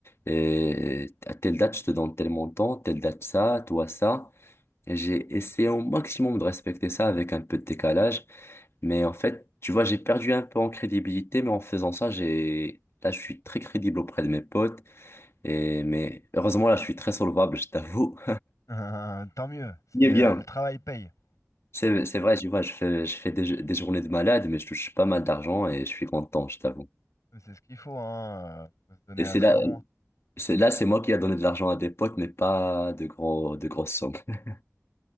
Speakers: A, on the left; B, on the left.
A: et à telle date, je te donne tel montant, telle date ça, toi ça. Et j'ai essayé au maximum de respecter ça avec un peu de décalage. Mais en fait, tu vois, j'ai perdu un peu en crédibilité, mais en faisant ça, j'ai... Là, je suis très crédible auprès de mes potes. Et... Mais heureusement, là, je suis très solvable, je t'avoue.
B: <laughs> tant mieux,
A: <laughs>
B: c'est
A: Il est
B: euh,
A: bien.
B: le travail paye.
A: C'est,
B: C'est
A: c'est vrai, tu vois, je fais, je fais des, des journées de malade, mais je touche pas mal d'argent et je suis content, je t'avoue.
B: c'est ce qu'il faut, hein. euh, Faut se donner
A: Et
B: à
A: c'est
B: fond.
A: là, c'est là, c'est moi qui a donné de l'argent à des potes, mais pas de gros, de grosses sommes. <laughs>